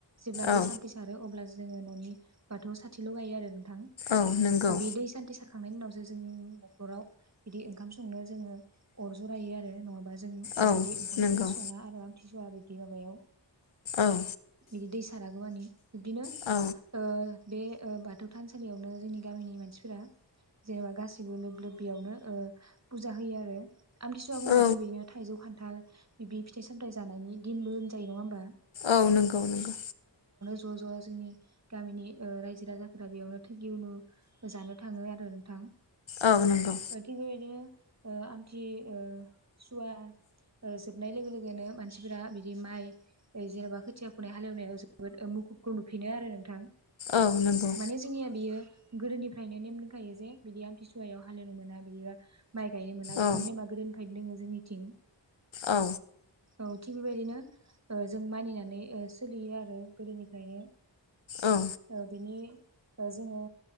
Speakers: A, on the right; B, on the left.
A: जेब्ला दै
B: औ
A: सान्थि सारो अब्ला जोङो न'नि बाथौआव साथिल' गायो आरो नोंथां
B: औ नंगौ
A: ओ बे दै सान्थि सार खांनायनि उनावसो जों न'खराव बिदि ओंखाम संनो जोङो अर जरायो आरो नङाबा जों
B: औ
A: बिदि ओंखामफोर
B: नंगौ
A: सङा आरो आमथि सुवा बिदि माबायाव।
B: औ
A: बिदि दैसारागौमानि बिब्दिनो
B: औ
A: ओ बे ओ बाथौ थानसालियावनो जोंनि गामिनि मानसिफोरा जेनेबा गासिबो लोब लोब बेयावनो ओ फुजा होयो आरो। आमथिसुा बुंब्लाथ'
B: औ
A: बेनो थाइजौ खान्थाल बिदि फिथाइ सामथाय जानायनि दिनबो होनजायो नङा होनोमबा?
B: औ नंगौ नंगौ
A: ज' ज' जोंनि गामिनि ओ रायजो राजा बेयावनो थोगि अनु जानो थाङो आरो नोंथां
B: औ नंगौ
A: थिग बेबायदिनो ओ आमथि ओ सुवा ओ जोबनाय लोगो लोगोनो मानसिफोरा बिदि माइ जेनेबा खोथिया फुनाय हालेवनायाव जोबोद मु खुबखो खौ नुफिनो आरो नोंथां।
B: औ नंगौ
A: माने जोंनिया बियो गोदोनिफ्रायनो नेम दंखायो जे बिदि आमथिसुवायाव हालेवनो मोना बिदिबा माइ गायनो मोना
B: औ
A: बेफोर नेमा गोदोनिफ्रायनो दोङो जोंनिथिं।
B: औ
A: औ थिग बेबायदिनो ओ जों मानिनानै ओ सोलियो आरो गोदोनिफ्रायनो।
B: औ
A: ओ बिनि ओ जोङो